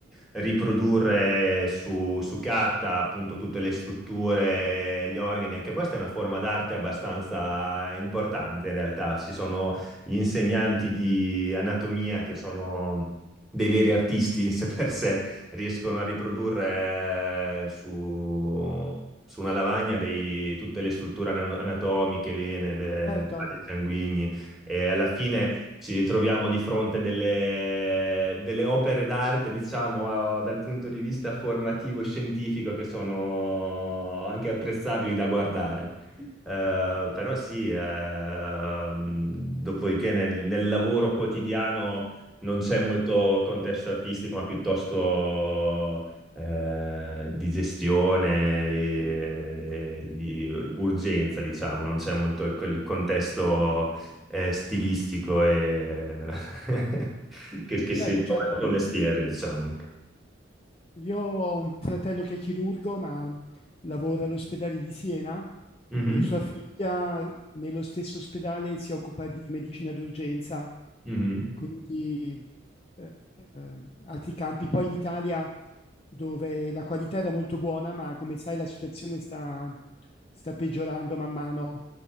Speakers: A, in the centre; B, on the left.
A: riprodurre su, su carta appunto tutte le strutture, gli organi, anche questa è una forma d'arte abbastanza importante in realtà. Ci sono gli insegnanti di anatomia che sono dei veri artisti <laughs> in sé per sé, riescono a riprodurre eh, su, su una lavagna dei- tutte le strutture ana- anatomiche, vene, ve-
B: certo,
A: vasi sanguigni. E alla fine ci ritroviamo di fronte delle, delle opere d'arte, diciamo, eh, dal punto di vista formativo e scientifico che sono anche apprezzabili da guardare. Eh, però sì, ehm, dopodiché nel, nel lavoro quotidiano non c'è molto contesto artistico, ma piuttosto eh, di gestione, e- e di urgenza, diciamo, non c'è molto quel contesto eh, stilistico e <laughs> che, che
B: certo,
A: si trova
B: certo.
A: nel tuo mestiere, diciamo.
B: Io ho un fratello che è chirurgo, ma lavora all'ospedale di Siena
A: Mhm,
B: e sua figlia nello stesso ospedale si occupa di medicina d'urgenza,
A: mhm.
B: quindi eh, altri campi. Poi in Italia, dove la qualità era molto buona, ma come sai la situazione sta, sta peggiorando man mano,